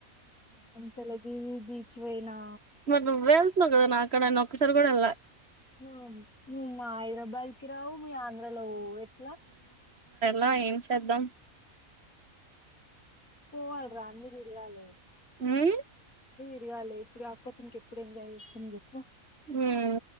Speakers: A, on the left (about 90°); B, on the right (about 50°).
A: కొంచల దీవి బీచ్ పోయినా
B: మరీ నువ్వే ఎల్తున్నావ్ కదా నా ఇక్కడన్న ఒక్కసారి కూడా వెళ్ళ
A: ను నువ్వు మా హైదరాబాద్కి రావు మీ ఆంధ్రలో పోవు ఎట్లా
B: లా ఏం చేద్దాం
A: పోవాల రా అన్నీ దిరగాలి
B: ఊమ్
A: తిరగాలి ఇప్పుడు కాకపోతే ఇంకెప్పుడు ఎంజాయ్ చేస్తం చెప్పు
B: ఉమ్